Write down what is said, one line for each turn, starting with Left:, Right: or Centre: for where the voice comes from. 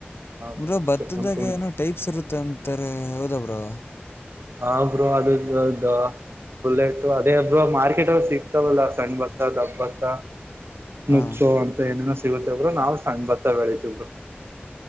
Right: ಬ್ರೋ
Left: ಬ್ರ
Right: ಅಷ್ಟೇ
Left: ಭತ್ತದಾಗ
Right: ಒಂದ್ ಕುಂಟಲ್
Left: ಏನೋ ಟೈಪ್ಸ್ ಇರುತ್ತೆ ಅಂತಾರೆ ಹೌದಬ್ರ ಕ್ರ
Right: ಹಾಬ್್ರೋ ಅದು್ದ ಬುಲೆಟ್ು ಅದೇ ಒಬ್ರು ಮಾರ್ಕೆಟ್ಲ್ಲಿ ಸಿಗ್ತಾವಲ್ಲ ಸಣ್ ಬತ್ತ ದಬ್ ಬತ್ತ
Left: ಹಾಂ
Right: ನಚ್ಚೋ ಅಂತ ಏನೇನೋ ಸಿಗುತ್ತೆಬ್ರರು ನಾವ್ ಸಣ್ಣ ಬತ್ತ ಬೆಳತಿವರು